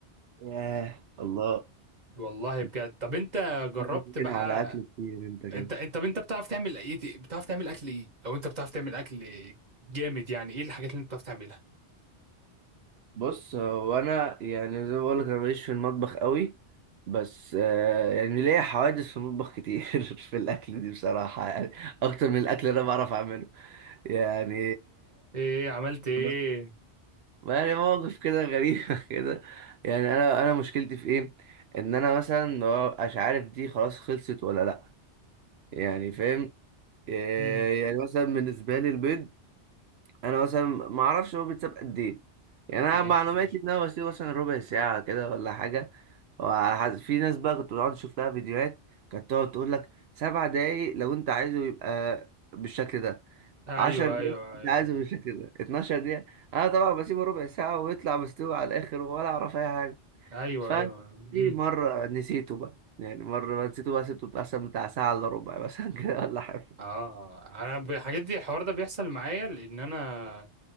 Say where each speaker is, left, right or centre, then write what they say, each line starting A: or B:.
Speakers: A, on the right; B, on the right.
A: ياه الله
B: والله
A: <laughs>
B: بجد طب انت جربت
A: بتتكلم
B: بقى
A: هنا على اكل كتير انت كده
B: انت انت طب انت بتعرف تعمل ايه بتعرف تعمل اكل ايه لو انت بتعرف تعمل اكل جامد يعني ايه الحاجات اللي انت بتعرف تعملها
A: بص هو انا يعني زي ما بقولك انا ماليش في المطبخ قوي بس آه، يعني ليا حوادث في المطبخ كتير <laughs> في الاكل دي بصراحه يعني اكتر من الاكل اللي انا بعرف اعمله يعني
B: ايه عملت ايه
A: <laughs> ما يعني مواقف كده غريبه <laughs> كده يعني انا انا مشكلتي في ايه ان انا مثلا ما ببقاش عارف دي خلاص خلصت ولا لا يعني فاهم آه،
B: امم
A: يعني مثلا بالنسبه لي البيض انا مثلا ما اعرفش هو بيتساب قد ايه يعني
B: اوكي
A: انا معلوماتي
B: ماشي
A: ان انا بسيبه مثلا ربع ساعه كده ولا حاجه وعلى حسب في ناس بقى كنت بقعد اشوف لها فيديوهات كانت تقعد تقول لك سبع دقايق لو انت عايزه يبقى بالشكل ده
B: ايوه
A: عشر دقايق
B: ايوه
A: انت
B: ايوه
A: عايزه بالشكل ده 12 دقيقه انا طبعا بسيبه ربع ساعه ويطلع مستوي على الاخر ولا اعرف اي حاجه
B: ايوه
A: ففي
B: ايوه امم
A: مره نسيته بقى يعني مرة بقى نسيته بقى سبته مثلا بتاع ساعة إلا ربع مثلا كده ولا حاجة
B: اه انا ب- الحاجات دي الحوار ده بيحصل معايا لان انا